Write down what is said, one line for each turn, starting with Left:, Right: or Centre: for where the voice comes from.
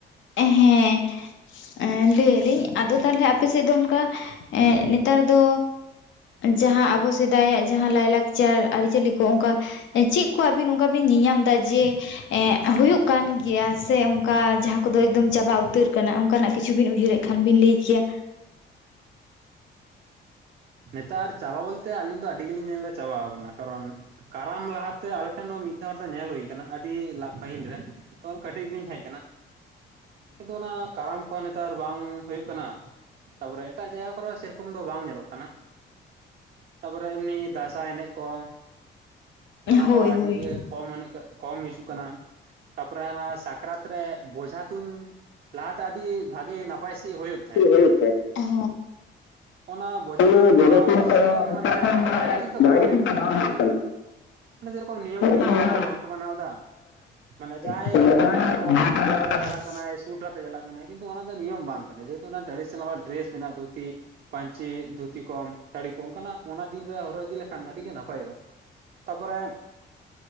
Left: ᱮ ᱦᱮᱸ ᱮᱸ ᱞᱟᱹᱭ ᱟᱞᱤᱧ ᱟᱫᱚ ᱛᱟᱦᱚᱞᱮ ᱟᱯᱮ ᱥᱮᱜ ᱫᱚ ᱚᱱᱠᱟ ᱮᱸᱜ ᱱᱮᱛᱟᱨ ᱫᱚ ᱡᱟᱦᱟᱸ ᱟᱵᱚ ᱥᱮᱫᱟᱭᱟᱜ ᱡᱟᱦᱟᱸ ᱞᱟᱭᱼᱞᱟᱠᱪᱟᱨ ᱟᱨᱤᱼᱪᱟᱹᱞᱤ ᱠᱚ ᱚᱱᱠᱟ ᱮ ᱪᱤᱜ ᱠᱚ ᱟᱵᱤᱱ ᱚᱱᱠᱟ ᱵᱤᱱ ᱧᱮᱧᱟᱢ ᱮᱫᱟ ᱡᱮ ᱮᱸᱜ ᱦᱩᱭᱩᱜ ᱠᱟᱱ ᱜᱮᱭᱟ ᱥᱮ ᱚᱱᱠᱟ ᱡᱟᱦᱟᱸ ᱠᱚᱫᱚ ᱮᱠᱫᱚᱢ ᱪᱟᱵᱟ ᱩᱛᱟᱹᱨ ᱠᱟᱱᱟ ᱚᱱᱠᱟᱱᱟᱜ ᱠᱤᱪᱷᱩ ᱵᱤᱱ ᱩᱭᱦᱟᱹᱨᱮᱜ ᱠᱷᱟᱱ ᱵᱤᱱ ᱞᱟᱹᱭ ᱠᱮᱭᱟ?
Right: ᱱᱮᱛᱟᱨ ᱪᱟᱵᱟ ᱵᱚᱞᱛᱮ ᱟᱹᱞᱤᱧ ᱫᱚ ᱟᱹᱰᱤ ᱜᱮᱞᱤᱧ ᱧᱮᱞ ᱫᱟ ᱪᱟᱵᱟᱣ ᱠᱟᱱᱟ ᱠᱟᱨᱚᱱ ᱠᱟᱨᱟᱢ ᱞᱟᱦᱟ ᱛᱮ ᱟᱞᱮ ᱴᱷᱮᱱ ᱫᱚ ᱢᱤᱫ ᱫᱷᱟᱣ ᱵᱟᱨ ᱫᱷᱟᱣ ᱧᱮᱞ‌ ᱦᱩᱭ ᱠᱟᱱᱟ ᱟᱹᱰᱤ ᱞᱟ ᱯᱟᱹᱦᱤᱞ ᱨᱮ ᱛᱚ ᱩᱱ ᱠᱟᱹᱴᱤᱡ ᱜᱮ ᱞᱤᱧ ᱛᱟᱦᱮᱸ ᱠᱟᱱᱟ᱾ ᱠᱤᱱᱛᱩ ᱚᱱᱟ ᱠᱟᱨᱟᱢ ᱠᱚᱦᱚᱸ ᱱᱮᱛᱟᱨ ᱵᱟᱝ ᱦᱩᱭᱩᱜ ᱠᱟᱱᱟ᱾ ᱛᱟᱯᱚᱨᱮ ᱮᱴᱟᱜ ᱡᱟᱭᱜᱟ ᱠᱚᱨᱮ ᱥᱮᱭ ᱨᱚᱠᱚᱢ ᱫᱚ ᱵᱟᱝ ᱧᱮᱞᱚᱜ ᱠᱟᱱᱟ᱾ ᱛᱟᱯᱚᱨᱮ ᱮᱢᱱᱤ ᱫᱟᱸᱥᱟᱭ ᱮᱱᱮᱡ ᱠᱚ᱾ ᱚᱱᱟ
Left: ᱦᱳᱭ
Right: ᱠᱚ ᱟᱰᱤ
Left: ᱦᱳᱭ
Right: ᱜᱮ ᱠᱚᱢ ᱮᱱᱮᱡ ᱠᱚ ᱠᱚᱢ ᱦᱤᱡᱩᱜ ᱠᱟᱱᱟ ᱛᱟᱯᱚᱨᱮ ᱦᱟᱱᱟ ᱥᱟᱠᱨᱟᱛ ᱨᱮ ᱵᱳᱡᱷᱟ ᱛᱩᱧ ᱞᱟᱦᱟ ᱛᱮ ᱟᱰᱤ ᱵᱷᱟᱜᱮ ᱱᱟᱯᱟᱭ ᱥᱟᱺᱦᱤᱡ ᱦᱩᱭᱩᱜ ᱛᱟᱦᱮᱸᱜ᱾
Left: ᱦᱳᱭᱳᱜ ᱛᱮᱸᱦᱮᱜ ᱦᱮᱸ
Right: ᱚᱱᱟ ᱵᱳᱡᱷᱟ
Left: ᱦᱮᱸ
Right: ᱛᱩᱧ
Left: ᱚᱱᱟ ᱡᱟᱭᱜᱟ
Right: ᱠᱚᱦᱚᱸ
Left: ᱪᱤᱞᱠᱟ
Right: ᱢᱟᱱᱮ
Left: ᱥᱮᱨᱚᱠᱚᱢ ᱢᱲᱱᱮ
Right: ᱫᱚ
Left: ᱵᱷᱟᱜᱮ ᱴᱷᱤᱠ ᱫᱚ
Right: ᱠᱟᱱᱟ
Left: ᱵᱟᱝ ᱦᱩᱭᱩᱜ
Right: ᱢᱟᱱᱮ ᱥᱮᱨᱚᱠᱚᱢ ᱱᱤᱭᱚᱢ ᱱᱤᱭᱚᱢ
Left: ᱠᱟᱱᱟ᱾
Right: ᱠᱚᱦᱚᱸ ᱵᱟᱝᱠᱚ ᱢᱟᱱᱟᱣ ᱮᱫᱟ ᱢᱟᱱᱮ
Left: ᱦᱮᱸ ᱦᱮᱸ <unintelligible>
Right: ᱡᱟᱦᱟᱸᱭ ᱵᱩᱴ ᱦᱚᱨᱚᱜ ᱠᱟᱛᱮ ᱵᱩᱴ ᱟᱛᱮ ᱪᱟᱞᱟᱜ ᱠᱟᱱᱟᱭ ᱥᱩᱴ ᱟᱛᱮᱜ ᱪᱟᱞᱟᱜ ᱠᱟᱱᱟᱭ ᱠᱤᱱᱛᱩ ᱚᱱᱟ ᱫᱚ ᱱᱤᱭᱚᱢ ᱵᱟᱝ ᱠᱟᱱᱟ ᱡᱮᱦᱮᱛᱩ ᱚᱱᱟ ᱴᱨᱮᱰᱤᱥᱱᱚᱞ ᱣᱟᱜ ᱰᱨᱮᱥ ᱢᱮᱱᱟᱜ-ᱟ ᱛᱩ ᱛᱤ ᱯᱹᱧᱪᱤ ᱫᱷᱩᱛᱤ ᱠᱚᱠ ᱥᱟᱹᱲᱤ ᱠᱚᱢ ᱚᱱᱠᱟ ᱱᱟᱜ ᱚᱱᱟ ᱫᱤᱱ ᱨᱮ ᱦᱚᱨᱚᱜ ᱤᱫᱤ ᱞᱮᱠᱷᱟᱱ ᱟᱹᱰᱤ ᱜᱮ ᱱᱟᱯᱟᱭᱚᱜ-ᱟ᱾ ᱛᱟᱯᱚᱨᱮᱜ